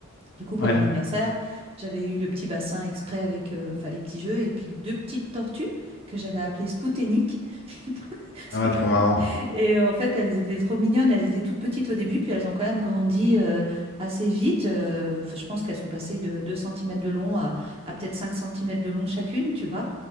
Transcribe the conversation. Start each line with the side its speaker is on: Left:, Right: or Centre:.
Right: Du coup, pour
Left: Ouais,
Right: mon anniversaire, j'avais eu le petit bassin exprès avec euh, enfin, les petits jeux et puis deux petites tortues que j'avais appelées Spouteniques. <laughs>
Left: Ah, trop marrant.
Right: Et euh, en fait, elles étaient trop mignonnes. Elles étaient toutes petites au début, puis elles ont quand même grandi euh, assez vite. Euh, enfin, je pense qu'elles sont passées de 2 centimètres de long à, à peut-être 5 centimètres de long chacune, tu vois.